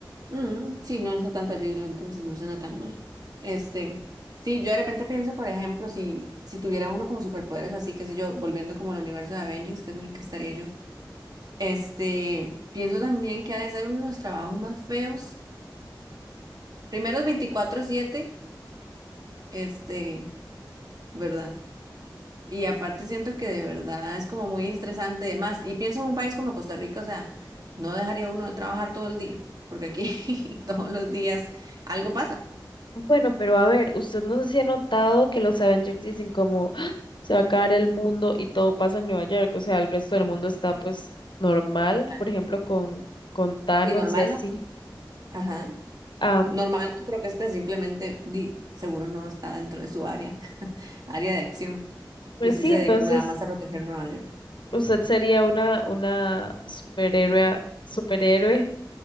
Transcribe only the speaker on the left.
Bueno, pero a ver, usted no sé si ha notado que los Avengers dicen como "Ah, se va a acabar el mundo y todo pasa en Nueva York, o sea, el resto del mundo está pues normal,
por ejemplo, con, con Thanos
y así.
Am,
pues
sí,
entonces...
Usted sería una, una superhéroe, superhéroe